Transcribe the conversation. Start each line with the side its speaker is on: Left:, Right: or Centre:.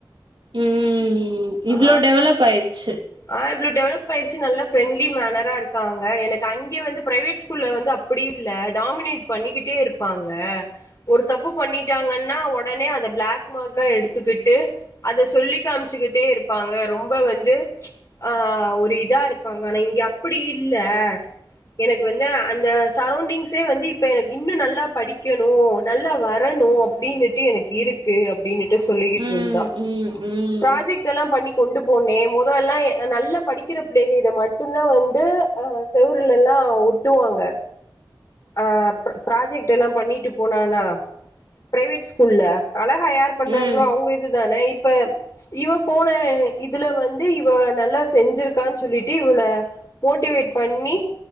Right: ம் இவ்ளோ
Left: ஆ
Right: டெவலப் ஆயிடுச்சு
Left: ஆ இவ்ளோ டெவலப்பாயிடுச்சு நல்ல ஃப்ரெண்ட்லி மேனரா இருக்காங்க எனக்கு அங்கே வந்து பிரைவேட் ஸ்கூல் வந்து அப்பிடி இல்ல டாமினேட் பண்ணிக்கிட்டே இருப்பாங்க ஒரு தப்பு பண்ணிட்டாங்கன்னா ஒடனே அத பிளாக் மார்க்கா எடுத்துக்கிட்டு அத சொல்லி காமிச்சுக்கிட்டே இருப்பாங்க ரொம்ப வந்து ஆ ஒரு இதா இருப்பாங்க ஆனா இங்க அப்பிடி இல்ல எனக்கு வந்து அந்த சரௌண்டிங்ஸே வந்து இப்ப எனக்கு இன்னு நல்லா படிக்கணு நல்லா வரணு அப்டின்ட்டு எனக்கு இருக் கு அப்டின்னுட்டு சொல்லிக்கிட்டு
Right: ம்
Left: இருந்தா
Right: ம் ம்
Left: ப்ராஜெக்ட்ல்லா பண்ணி கொண்டு போனே மொதல்லா அ நல்ல படிக்கிற புள்ளைகள் இத மட்டு தா வந்து ஆ செவுரலெல்லா ஒட்டுவாங்க அ ப்ராஜெக்டெல்லா பண்ணிட்டு போனானா பிரைவேட் ஸ்கூல்ல அழகா யாரு பண்றாங்களோ
Right: ம்
Left: அவங்க இதுதானே இப்ப இவ போன இதுல வந்து இவ நல்லா செஞ்சிருக்கான்னு சொல்லிட்டு இவள மோட்டிவேட் பண்ணி